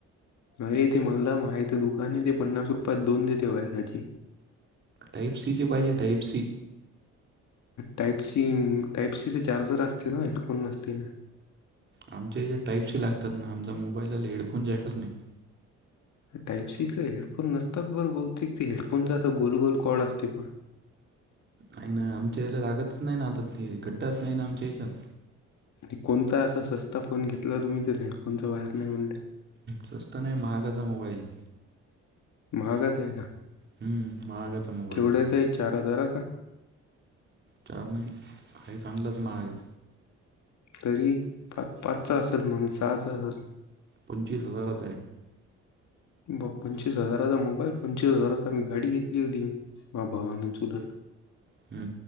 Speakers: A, on the left; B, on the right.
A: येथे म्हनला माहिते दुकान ते पन्नास रुपयात दोन देते व्हाहेरची.
B: टाईप सीची पाहिजे, type C?
A: Type C, type सीचे चार्जर असते ना, हेडफोन नसतील ना.
B: आमच्या इच्या टाईपसही लागतात ना, आमचा मोबाईलला हेडफोन जायकच नाही.
A: टाइपसीचे हेडफोन नसतात बरं बहुतेक,, ते हेडफोनचा गोल गोल कॉड असते पहा.
B: नाही, नाही आमच्या याला लागतच नाही ना, आता ते गड्डाच नाही ना आमच्या याच्यात.
A: आणि कोणता असा सस्ता फोन घेतला तुम्ही जो हेडफोनचा वायर नाही म्हणते.
B: स्वस्त नाही महागाचा मोबाईल आहे
A: महागाच आहे का?
B: हं, महागाचा मोबाईल
A: केवढ्याच आहे चार हजाराचा.
B: चार नाही हाय चांगलंच महाग ए.
A: तरी पाच, पाचचा असेल मग, सहाचा असल.
B: पंचवीस हजारचा आहे.
A: ब पंचवीस हजाराचा मोबाईल पंचवीस हजाराचा मी गाडी घेतली होती. मा भावान चूरत
B: हम्म